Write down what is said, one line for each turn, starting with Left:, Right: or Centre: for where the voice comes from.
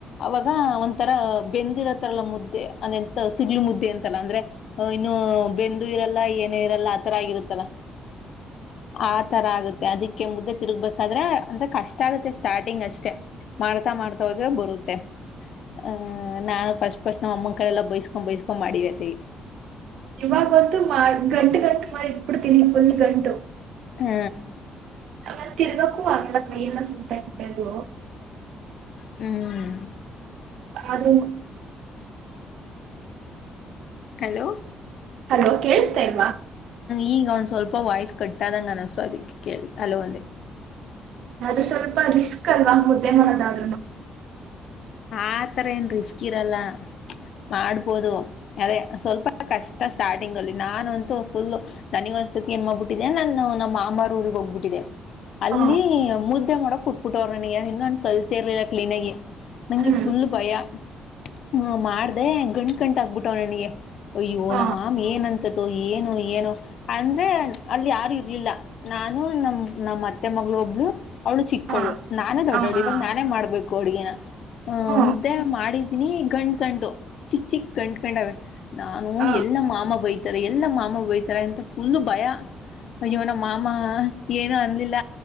Left: ಅವಾಗ ಒಂಥರ ಅ.. ಬೆಂದಿರತ್ತಲ್ಲ ಮುದ್ದೆ ಅದೆಂತ ಸಿಗ್ಲಿ ಮುದ್ದೆ ಅಂ.... ಚಲ ಅಂದ್ರೆ ಅ ಇನ್ನು ಬೆಂದು ಇರಲ್ಲ ಏನ ಇರಲ್ಲ ಆ ತರ ಆಗಿರುತ್ ತಲ ಆ ತರ ಆಗುತ್ತೆ ಅದಕ್ಕೆ ಮುದ್ದೆ... ತಿರುಗ್ಬೇಕಾದ್ರೆ ಅಂದ್ರೆ ಕಷ್ಟ ಆಗುತ್ತೆ ಸ್ಟಾರ್ಟಿಂಗ್ ಅಷ್ಟೆ ಮಾಡ್ತಾ ಮಾಡ್ತಾ ಹೋದ್ರೆ ಬರುತ್ತೆ ಆ.. ನಾನ್ ಫಸ್ಟ್ ಸ್ಟ್ ನಮ್ಮ ಅಮ್ಮ ಕಡೆಲ್ಲ ಬಯಸ್ ಬೈಸ್ಕೊಂಡ ಮಾಡಿವೆ ತಿ
Right: ಇವಾಗ ಗೊತ್ತು ಮಾಡ್ ಗಂಟು ಗಂ.. ಮಾಡ್ ಇಟ್ ಬಿಡ್ತೀನಿ ಫುಲ್ ಗಂಟು
Left: ಹ್ಮ
Right: ಅವ ತಿರ್ಗಕು ಆಗಲ್ಲ ಕೈಯ ಎಲ್ಲ ಸುಡ್ತಾ ಇತ ಅದು
Left: ಹ್ಮ್
Right: ಅದು
Left: ಹಲೋ
Right: ಹಲೋ ಕೇಳಸ್ತಾ ಇಲ್ವಾ
Left: ಈಗ ಒಂದ್ ಸ್ವಲ್ಪ ವಾಯ್ಸ್ ಕಟ್ಟಾದಂಗ ಅನಿಸತು ಅದಕ್ಕೆ ಕೇಳ ಅಲ್ಲೊಂದೇ
Right: ಅದು ಸ್ವಲ್ಪ ರಿಸ್ಕ್ ಅಲ್ವಾ ಮುದ್ದೆ ಮಾಡರೋದಾದ್ರುನು
Left: ಆತರ ಏನ್ ರಿಸ್ಕ್ ಇರಲ್ಲ ಮಾಡ್ಬೋದು ಅದೇ ಸ್ವಲ್ಪ ಕಷ್ಟ ಸ್ಟಾರ್ಟಿಂಗ್ ಅಲ್ಲಿ ನಾನಂತೂ ಫುಲ್ ದನಿಗ ಒಂದ್ಸತಿ ಏನ್ ಮಾಡ್ಬಿಟ್ಟಿದೆ ನಾನು ನಮ್ಮ ಮಾಮಾರ್ ಊಗ್ ಹೋಗ್ಬಿಟ್ಟಿದೆ ಅಲ್ಲಿ
Right: ಹ
Left: ಮುದ್ದ ಮಾಡೋಕ್ ಕುಟ್ಬಿಟ್ಟ ಅವ್ ನನಗ ಇನ್ನನ್ನು ಅನ್ ಕಲಿತಿ ಇರ್ಲ ಕ್ಲೀನಗಿ ನಂಗೆ
Right: ಹ್ಮ್
Left: ಫುಲ್ ಭಯ ಹ್ಮ ಮಾಡ್ದ ಗಂ ಗಂಟ ಆಗ್ಬಿಟ್ಟವ ನನಗೆ ಅ್ಯ
Right: ಹ
Left: ನ ಮಾಮ ಏನಂತೆ ಏನು ಏನು ಅಂದ್ರೆ ಅಲ್ಲಿ ಯಾರು ಇರ್ಲಿಲ್ಲ ನಾನು ನಮ ನಮ್ಮ ಅತ್ತೆ ಮಗಳು ಒಬ್ಳು ಅವಳು ಚಿಕ್ಕಳು
Right: ಹ
Left: ನಾನೇ ದೊಡ್ಡೋಳು
Right: ಹ
Left: ಇವಾಗ ನಾನೇ ಮಾಡ್ಬೇಕು ಕೊಡುಗೆಿನ ಹ
Right: ಹ್ಮ್
Left: ಮುದ್ದೆ ಮಾಡಿದ್ದ ನೀ ಗಂಡ್ಕಂಡು ಚಿಕ್ಕ ಚಿಕ್ ಗಂಡ್ಕಂಡವ ನಾನು
Right: ಹ
Left: ಎಲ್ಲ ಮಾಮ ಬೈ ಎಲ್ಲ ಮಾಮ ಬೈತಾರೆ ಅಂತ ಫು ಭಯ ಮಜವನ ಮಾಮಾ ಏನು ಅಂದಲಿಲ್ಲ